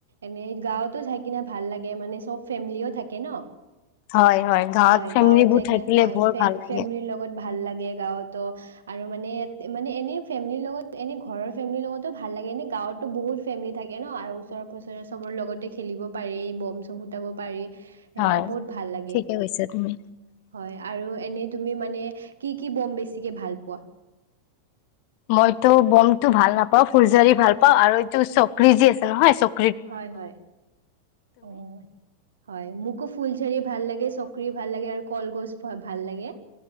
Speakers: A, on the right; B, on the left.
A: এনে গাঁৱতো চাই কিনে ভাল লাগে মানে চব ফেমিলিও থাকে ন।
B: হয়
A: হয়
B: ফেমিলিবোৰ
A: গাঁৱত যাই কিনে
B: থাকিলে
A: হয়
B: বৰ ভাল লাগে
A: ফেমিলিৰ লগত ভাল লাগ গে গাঁৱতো আৰু মানে মানে এনে ফেমিলিৰ লগত এনে ঘৰৰ ফেমিলিৰ লগতো ভাল লাগে এনে গাঁৱতো বহুত ফেমিলি থাকে ন আৰু ওচৰে পাজৰে চবৰ লগতে খেলিব পাৰি বম চম ফুটাব পাৰি হেনেকুৱা
B: হয়
A: বহুত ভাল লাগে,
B: ঠিকে কৈছা তুমি
A: হয় আৰু এনে তি মানে কি কি বম বেছিকে ভাল পোৱা
B: মইতো বমটো ভাল নাপাও ফুুলজাৰী ভাল পাও আৰু এইটো চক্ৰী যি আছে নহয় চক
A: হয় হয় অ হয় মোকো ফুলঝাৰি ভাল লাগে চকৰি ভাল লাগে আৰু কলগছ ভাল লাগে।